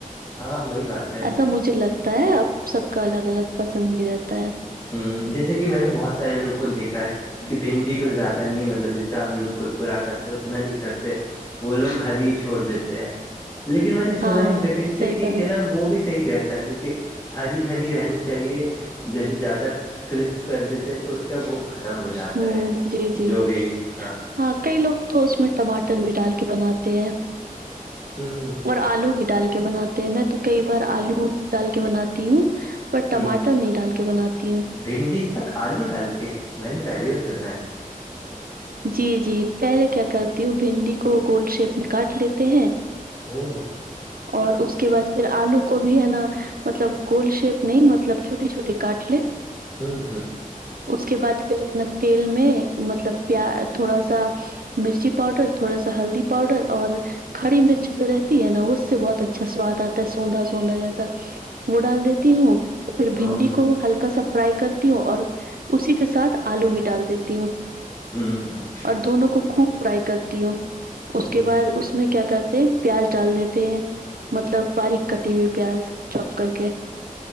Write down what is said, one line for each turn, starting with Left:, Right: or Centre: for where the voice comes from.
Left: ہاں وہی بات ہے
Right: ایسا مجھے لگتا ہے اب سب کا الگ الگ پسند بھی رہتا ہے
Left: ہ جیسے کہ میں نے بہت سارے لوگ کو دیکھا ہے کہ بھنڈی کو زیادہ نہیں مطلب جتنا ہم لوگ کرکا کرتے اتنا نہیں کرتے وہ لوگ ہری ہی چھوڑ دیتے ہیں لیکن میں نے سنا
Right: ہاں،
Left: ایک جگہ سے
Right: صحیح
Left: کہ
Right: فرما
Left: کیا ن وہ بھی صحی رہتا ہے کیونکہ ہری ہری رہنی چاہیے جیسے زدہ تک کرسپ کر دیتے تو اس کا وہ ختم ہو جاتا
Right: ہوں،
Left: ہے
Right: جی، جی،
Left: جو بھی ہاں
Right: ہاں کئی لوگ تو اس میں ٹماٹر بھی ڈال کے بناتے ہیں
Left: ہوں ہ
Right: اور آلو بھی ڈال کے بناتے ہیں میں تو کئی بار آلو ڈال کے بناتی ہوں ب ٹماٹر
Left: ہ
Right: نہیں ڈال کے بناتی ہوں
Left: بھنڈی کے ساتھ آلو ڈال کے میں نے پہلی بار سنا ہے
Right: جی جی پہلے کیا کرتی ہوں بھنڈی کو گولڈ شیپ میں کاٹ لیتے ہیں
Left: ا
Right: اور اس کے بعد پھر آلو کو بھی ہے نا مطلب گول شیپ نہیں مطلب چھوٹے چھوٹے کاٹل
Left: ہوں ہوں
Right: اس کے بعد پھر ہے نا تیل میں مطلب پ تھوڑا سا مرچی پاؤڈر تھوڑا سا ہلدی پاؤڈر اور کھڑی مرچ جو رہتی ہے نا اس سے بہت اچھا سواد آتا ہے سوندا سوندا جیسا وہ ڈال دیتی ہوں پھر
Left: ہ ہ
Right: بھنڈی کو ہلکا سا فرائی کرتی ہوں اور اسی کے ساتھ آلو بھی ڈال دیتی ہوں
Left: ہاں ہاں
Right: اور دونوں کو خوب فرائی کرتی ہوں اس
Left: ہ
Right: کے بعد اس میں کیا کرتے پیاز ڈال دیتے ہیں مطلب باریک کٹی ہوئی پیاز چوپ کر کے <inaudible>